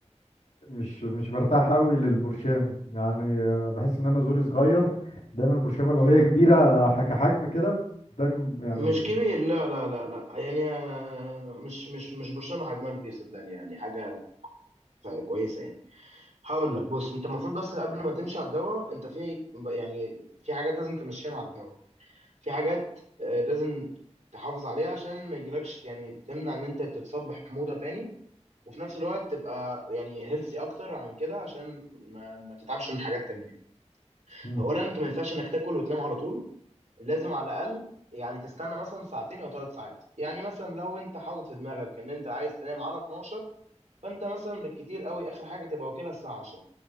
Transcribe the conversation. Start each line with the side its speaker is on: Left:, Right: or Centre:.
Left: مش مش برتاح قوي للبرشام يعني آه، بحس ان انا زوري صغير دايما البرشامه لو
Right: مم.
Left: هي كبيره آه، كحجم كده دايما يعني
Right: مش كبير لا لا لا لا يعني آه، مش مش مش برشام حجمها كبير صدقني يعني حاجه كويسه يعني هقول لك بص انت المفروض بس قبل ما تمشي على الدواء انت في يعني في حاجات لازم تمشيها مع الدواء في حاجات آه، لازم تحافظ عليها عشان ما يجيلكش يعني تمنع ان انت تتصاب بحموضه تاني وفي نفس الوقت تبقى يعني هيلثي اكتر عن كده عشان ما, ما تتعبش من حاجات تانية يعني
Left: مم.
Right: اولا انت ما ينفعش انك تاكل وتنام على طول لازم على الاقل يعني تستنى مثلا ساعتين او ثلاث ساعات يعني مثلا لو انت حاطط في دماغك ان انت عايز تنام على 12 فانت مثلا بالكتير قوي اخر حاجه تبقى واكلها الساعه 10